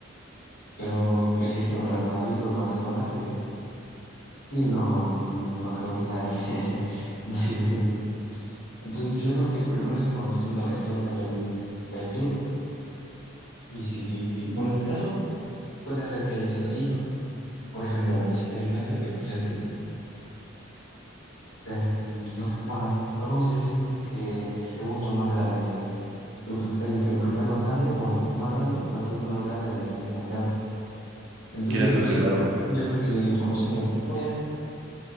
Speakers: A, on the left (about 85°); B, on the right (about 80°).
A: Pero pues si es el Real Madrid o el Barcelona, que sí, no, no, no, no creo que nadie, <laughs> nadie se sienta Entonces, pues, yo creo que primero es conociendo la historia del, del club. Y si, bueno, en mi caso puede ser que haya sido así, ¿no? Por ejemplo, el Manchester United, que pues es el, de- mm, no sé, bueno, algunos dicen que el segundo más grande, ¿no? Pero pues está ahí entre el primer más grande, bueno, el más grande o el segundo más grande de, de Inglaterra. Entonces,
B: ¿Quién es
A: pues
B: el primero?
A: yo creo que conociendo la historia,